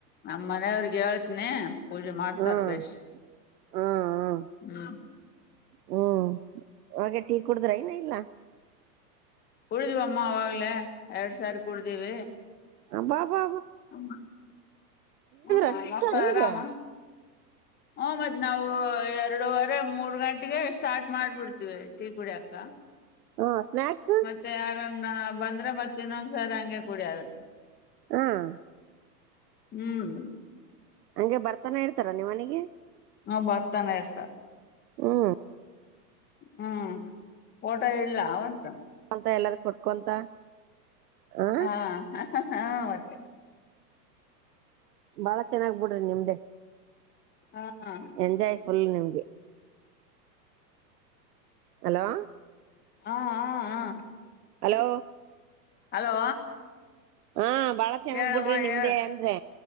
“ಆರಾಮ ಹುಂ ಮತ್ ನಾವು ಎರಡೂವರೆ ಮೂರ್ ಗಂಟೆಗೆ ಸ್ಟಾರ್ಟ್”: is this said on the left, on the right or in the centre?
Left